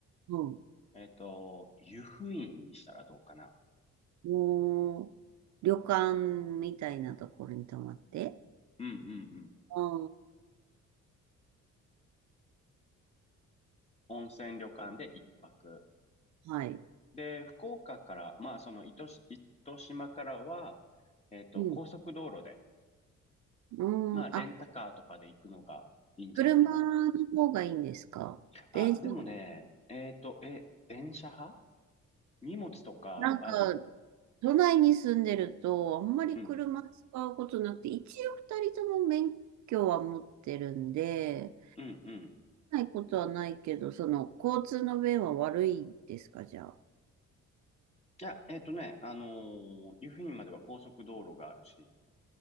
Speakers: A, on the right; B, on the left.
A: うん。
B: えっと、湯布院にしたらどうかな。
A: もう、旅館みたいなところに泊まって。
B: うんうんうん。
A: ああ、
B: 温泉旅館で1泊。
A: はい。
B: で、福岡から、まあその糸し、糸島からは、えっと、
A: うん。
B: 高速道路で、
A: うん。
B: まあレンタカーとかで行くのがいいんじゃないかな。
A: あ、車の方がいいんですか電車、
B: あ、でもね、えっと、え、電車派荷物とかある。
A: なんか、都内に住んでると、あんまり車使うことなくて、
B: うん、
A: 一応二人とも免許は持ってるんで、
B: うん、うん。
A: ないことはないけど、その、交通の便は悪いですか、じゃあ。
B: いや、えっとね、あのー、湯布院までは高速道路があるし。